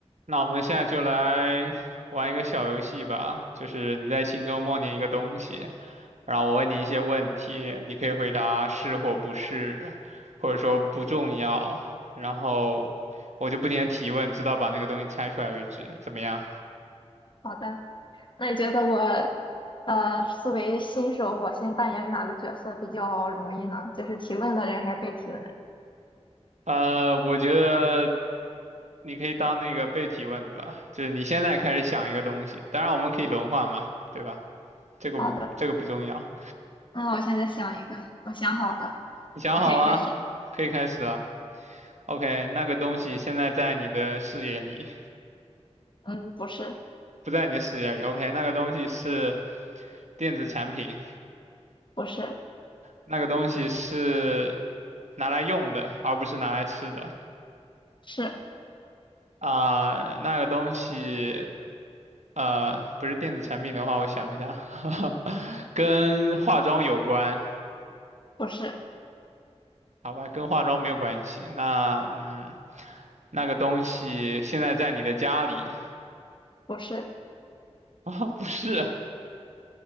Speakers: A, on the right (about 90°); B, on the left (about 45°).
A: 那我们现在就来玩一个小游戏吧，就是你在心中默念一个东西，然后我问你一些问题，你可以回答是或不是，或者说不重要，然后我就不停的提问，直到把那个东西猜出来为止，怎么样？
B: 好的，那你觉得我，呃，作为新手，我先扮演哪个角色比较容易呢？就是提问的人还是被提问的人？
A: 呃，我觉得你可以当那个被提问的吧，就是你现在开始想一个东西，当然我们可以轮换嘛，对吧？这个无，
B: 好的，
A: 这个不重要，
B: 那我现在想一个，我想好了，
A: 你想好了，
B: 你可以开始。
A: 可以开始了。OK，那个东西现在在你的视野里，
B: 嗯，不是，
A: 不在你的视野里。OK，那个东西是电子产品，
B: 不是，
A: 那个东西是拿来用的，而不是拿来吃的。
B: 是，
A: 啊、那个东西，呃，不是电子产品的话，我想一下，<laughs> 跟化妆有关，
B: 不是，
A: 好吧，跟化妆没有关系。那，嗯，那个东西现在在你的家里
B: 不是，
A: 啊、<laughs> 不是，